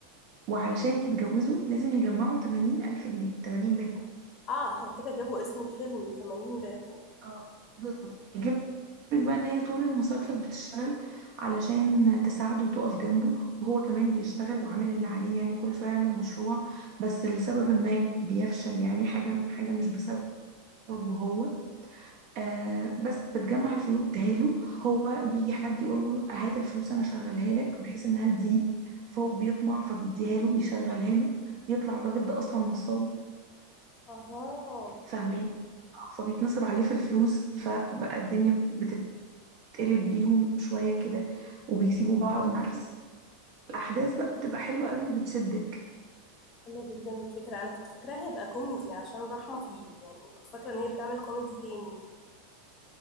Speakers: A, on the right; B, on the left.
A: وعلشان يتجوزوا لازم يجمعوا 80 ألف جنيه 80 باكو
B: اه عشان كده جابوا اسم الفيلم 80 باكو
A: اه بالظبط هيجيب لك بقى ان هي طول المسلسل بتشتغل علشان تساعده وتقف جنبه وهو كمان بيشتغل وعامل اللي عليه يعني كل شويه يعمل مشروع بس لسبب ما بيفشل يعني حاجه حاجه مش بسببه هو آه بس بتجمع الفلوس بتهاله هو بيجي حد يقول له هات الفلوس انا شغلها لك بحيث انها تزيد فهو بيطمع فبيديها له ويشغلها له يطلع الراجل ده اصلا نصاب
B: اها
A: فاهماني فبيتنصب عليه في الفلوس فبقى الدنيا بتتقلب بيهم شوية كده وبيسيبوا بعض ومش عارفة الأحداث بقى بتبقى حلوة قوي وبتشدك
B: حلو جدا الفكرة انا كنت فاكراها هيبقى كوميدي عشان رحمة فيه يعني كنت فاكرة ان هي بتعمل كوميدي تاني